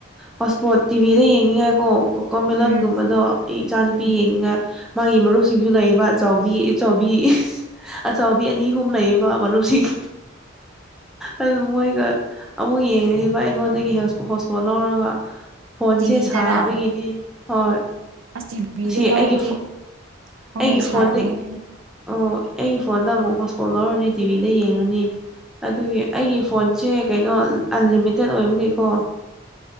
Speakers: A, in the centre; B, on the right.
A: ꯍꯣꯠꯁꯄꯣꯠ ꯇꯤꯚꯤꯗ ꯌꯦꯡꯅꯤꯡꯉꯥꯏꯀꯣ ꯀꯣꯀꯣꯃꯦꯂꯂꯣꯟꯒꯨꯝꯕꯗꯣ
B: ꯎꯝ
A: ꯑꯩ ꯏꯆꯥꯅꯨꯄꯤ
B: ꯎꯝ
A: ꯌꯦꯡꯅꯤꯡꯉꯥꯏ ꯃꯥꯒꯤ ꯃꯔꯨꯞꯁꯤꯡꯁꯨ ꯂꯩꯔꯤꯕ ꯑꯆꯥꯎꯕꯤ ꯑꯆꯥꯎꯕꯤ ꯑꯆꯥꯎꯕꯤ ꯑꯅꯤ ꯑꯍꯨꯝ ꯂꯩꯌꯦꯕ ꯃꯔꯨꯞꯁꯤꯡ ꯑꯗꯨ ꯃꯣꯏꯒ ꯑꯃꯨꯛ ꯌꯦꯡꯉꯔꯤꯕ ꯑꯩꯉꯣꯟꯗꯒꯤ ꯍꯣꯁꯄꯣꯠ ꯂꯧꯔꯒ ꯐꯣꯟꯁꯦ
B: ꯇꯤꯚꯤꯗꯔꯥ
A: ꯁꯥꯕꯒꯤꯅꯤ ꯍꯣꯏ
B: ꯑꯁ ꯇꯤꯚꯤꯗ
A: ꯑꯁꯤ
B: ꯂꯧꯕꯗꯤ
A: ꯑꯩꯒꯤ
B: ꯍꯣꯏ
A: ꯑꯩꯒꯤ
B: ꯁꯥꯔꯝꯒꯅꯤ
A: ꯐꯣꯟꯗ ꯑꯣ ꯑꯩꯒꯤ ꯐꯣꯟꯗ ꯑꯃꯨꯛ ꯍꯣꯁꯄꯣꯠ ꯂꯧꯔꯅꯤ ꯇꯤꯚꯤꯗ ꯌꯦꯡꯉꯅꯤ ꯑꯗꯨꯒꯤ ꯑꯩꯒꯤ ꯐꯣꯟꯁꯦ ꯀꯩꯅꯣ ꯑꯟꯂꯤꯃꯤꯇꯦꯠ ꯑꯣꯏꯕꯒꯤꯀꯣ